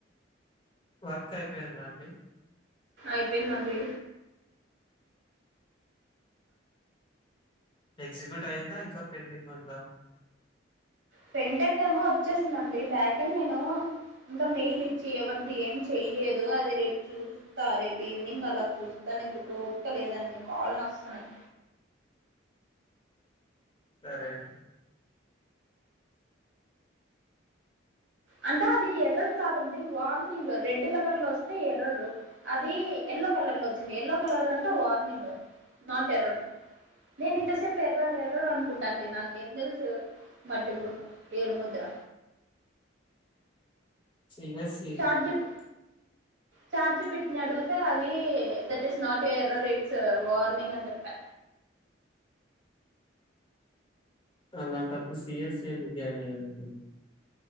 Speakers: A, on the left (about 25°); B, on the right (about 70°).
A: వర్కైపేయిందండి
B: ఐపేయిందండి
A: ఎగ్జిక్యూట్ అయ్యిందా ఇంకా పెండింగుందా
B: ఫ్రెంటర్నేమో వొచ్చేసిందండి బ్యాక్ డన్ నేనూ ఇంకా మెయిలిచ్చి ఎవర్ది ఏం చెయ్లేదు అది రేప్ చూస్ స్తా రేపీవ్నింగ్ అలా చూస్తా నాకిప్పుడు ఓప్క లేదండి కాళ్ళ్ నొస్తున్నాయ్
A: సరే అండి
B: అంటే అది ఎర్రర్ కాదండి వార్నింగు రెడ్డు కలర్ లో వొస్తే ఎర్రరు అదీ ఎల్లో కలర్ లో వొచ్చింది ఎల్లో కల్లరంటే వార్నింగు నాట్ ఎర్రర్ నేనింత సేప్ ఎర్రర్ ఎర్రరు అనుకుంటాంటి నాకేం దెలుసు మట్టిబుర్ ఏడు ముద్ర
A: సీర్యస్సీ
B: అంజెప్ చార్జీ పెట్ని అడుగుతే అది that is not a error it's warning అని జెప్య
A: అలాంటప్పుడు సిఎస్సి ఎందుక్ జాయిన్ అయ్య <unintelligible>